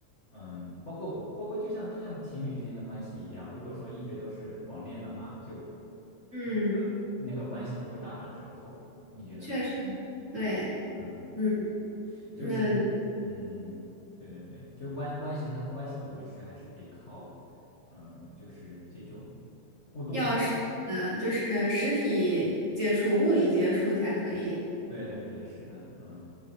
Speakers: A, on the left (about 35°); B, on the right (about 30°).
A: 嗯，包括包括就像就像情侣之间的关系一样，如果说一直都是网恋的话，就
B: 嗯，
A: 那个那个关系就会大打折扣。你觉得呢？
B: 确实，对，
A: 嗯嗯。
B: 嗯，那
A: 就是嗯，对对对，就是关关系他的关系的维持还是得靠嗯，就是这种互动嘛。
B: 要是嗯，就是实体接触、物理接触才可以。
A: 对对对，是的，嗯